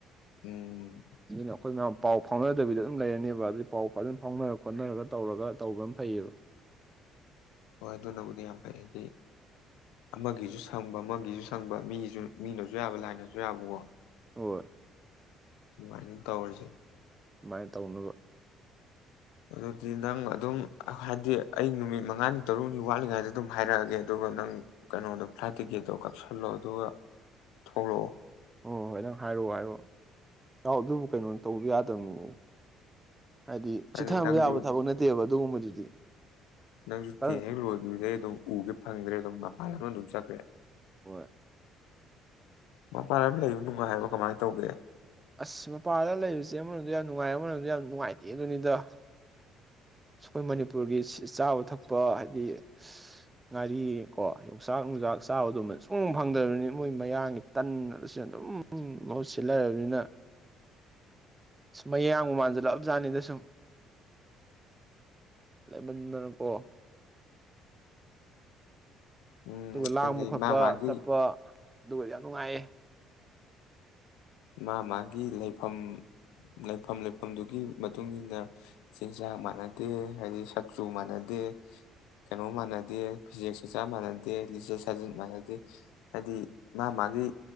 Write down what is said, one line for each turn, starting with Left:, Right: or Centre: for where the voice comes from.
Left: ꯎꯝ
Right: ꯑꯗꯨꯅ ꯑꯩꯈꯣꯏ ꯃꯌꯥꯝ ꯄꯥꯎ ꯐꯥꯎꯅꯗꯕꯤꯗ ꯑꯗꯨꯝ ꯂꯩꯔꯅꯦꯕ ꯑꯗꯨꯗꯤ ꯄꯥꯎ ꯐꯖꯅ ꯐꯥꯎꯅꯔ ꯈꯣꯠꯅꯔꯒ ꯇꯧꯔꯒ ꯇꯧꯕ ꯑꯃ ꯐꯩꯌꯦꯕ
Left: ꯍꯣꯏ ꯑꯗꯨꯅꯕꯨꯗꯤ ꯌꯥꯝ ꯐꯩ ꯍꯥꯏꯗꯤ ꯑꯃꯒꯤꯁꯨ ꯁꯪꯕ ꯑꯃꯒꯤꯁꯨ ꯁꯪꯕ ꯃꯤꯁꯨ ꯃꯤꯅꯁꯨ ꯌꯥꯕ ꯂꯥꯏꯅꯁꯨ ꯌꯥꯕꯀꯣ
Right: ꯍꯣꯏ
Left: ꯑꯗꯨꯃꯥꯏꯅ ꯇꯧꯔꯁꯤ
Right: ꯁꯨꯃꯥꯏꯅ ꯇꯧꯅꯕ
Left: ꯑꯗꯨꯗꯤ ꯅꯪ ꯑꯗꯨꯝ ꯍꯥꯏꯗꯤ ꯑꯩ ꯅꯨꯃꯤꯠ ꯃꯉꯥꯅꯤ ꯇꯔꯨꯛꯅꯤ ꯋꯥꯠꯂꯤꯉꯥꯏꯗ ꯑꯗꯨꯝ ꯍꯥꯏꯔꯛ ꯑꯒꯦ ꯑꯗꯨꯒ ꯅꯪ ꯀꯩꯅꯣꯗꯣ ꯐ꯭ꯂꯥꯏꯠ ꯇꯤꯛꯀꯦꯠꯇꯣ ꯀꯥꯛꯁꯜꯂꯣ ꯑꯗꯨꯒ ꯊꯣꯛꯂꯛꯑꯣ
Right: ꯑꯣ ꯍꯣꯏ ꯅꯪ ꯍꯥꯏꯔꯛꯑꯣ ꯍꯥꯏꯔꯛꯑꯣ ꯌꯥꯎ ꯑꯗꯨꯕꯨ ꯀꯩꯅꯣ ꯇꯧ ꯌꯥꯗꯕꯅꯤ ꯍꯥꯏꯗꯤ ꯆꯤꯊꯕ
Left: ꯑꯗꯨꯗꯤ ꯅꯪꯁꯨ
Right: ꯌꯥꯕ ꯊꯕꯛ ꯅꯠꯇꯦꯕ ꯑꯗꯨꯒꯨꯝꯕꯗꯨꯗꯤ
Left: ꯅꯪꯁꯨ
Right: ꯍꯣꯏ
Left: ꯇꯦꯟ ꯍꯦꯛ ꯂꯣꯒꯤꯕꯗꯩ ꯑꯗꯨꯝ ꯎꯒꯦ ꯐꯪꯗ꯭ꯔꯦ ꯑꯗꯨꯝ ꯃꯥꯗꯤ ꯂꯣꯟ ꯂꯣꯟ ꯆꯠꯈꯔꯦ
Right: ꯍꯣꯏ
Left: ꯃꯄꯥꯟꯂꯝ ꯂꯩꯕ ꯅꯨꯡꯉꯥꯏꯕ꯭ꯔꯣ ꯀꯃꯥꯏꯅ ꯇꯧꯒꯦ
Right: ꯑꯁ ꯃꯄꯥꯜꯗ ꯂꯩꯕꯁꯦ ꯑꯃꯣꯗ ꯌꯥꯝ ꯅꯨꯡꯉꯥꯏ ꯑꯃ ꯃꯔꯣꯝꯗꯣ ꯌꯥꯝ ꯅꯨꯡꯉꯥꯏꯇꯦ ꯑꯗꯨꯅꯤꯗ ꯑꯩꯈꯣꯏ ꯃꯅꯤꯄꯨꯔꯒꯤ ꯆꯥꯕ ꯊꯛꯄ ꯍꯥꯏꯗꯤ ꯉꯥꯔꯤ ꯀꯣ ꯌꯣꯡꯆꯥꯛ ꯅꯨꯡꯆꯥꯛ ꯆꯥꯕꯗꯃ ꯁꯨꯝ ꯐꯪꯗ꯭ꯔꯕꯅꯤꯅ ꯃꯣꯏ ꯃꯌꯥꯡꯒꯤ ꯇꯟꯅ ꯑꯗꯨꯁꯨ ꯑꯗꯨꯝ ꯃꯍꯨꯠ ꯁꯤꯜ ꯂꯩꯔꯕꯅꯤꯅ ꯃꯌꯥꯡꯒ ꯃꯥꯟꯁꯤꯜꯂꯞꯖꯥꯠꯅꯤꯗ ꯁꯨꯝ ꯭ꯂꯩꯃꯟꯗꯅ ꯀꯣ
Left: ꯎꯝ
Right: ꯑꯗꯨꯒ ꯂꯥꯡꯕ
Left: ꯍꯥꯏꯗꯤ
Right: ꯈꯣꯠꯄ
Left: ꯃꯥ ꯃꯥꯒꯤ
Right: ꯆꯠꯄ ꯑꯗꯨꯒꯗꯤ ꯌꯥꯝ ꯅꯨꯡꯉꯥꯏꯌꯦ
Left: ꯃꯥ ꯃꯥꯒꯤ ꯂꯩꯐꯝ ꯂꯩꯐꯝ ꯂꯩꯐꯝꯗꯨꯒꯤ ꯏ ꯃꯇꯨꯡꯏꯟꯅ ꯆꯤꯟꯖꯥꯛ ꯃꯥꯟꯅꯗꯦ ꯍꯥꯏꯗꯤ ꯆꯛꯆꯨ ꯃꯥꯟꯅꯗꯦ ꯀꯩꯅꯣ ꯃꯥꯟꯅꯗꯦ ꯐꯤꯖꯦꯛ ꯆꯆꯥ ꯃꯥꯟꯅꯗꯦ ꯂꯤꯆꯠ ꯁꯥꯖꯠ ꯃꯥꯟꯅꯗꯦ ꯍꯥꯏꯗꯤ ꯃꯥ ꯃꯥꯒꯤ